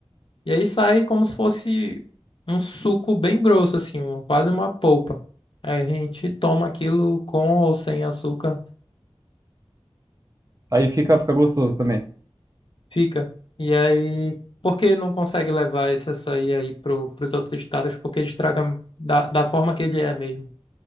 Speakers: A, on the left; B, on the right.
A: E aí sai como se fosse um suco bem grosso, assim, um- quase uma polpa. Aí a gente toma aquilo com ou sem açúcar,
B: Aí fica, fica gostoso também.
A: fica. E aí, por que não consegue levar esse açaí aí pro, pros outros estados? Porque ele estraga da, da forma que ele é mesmo.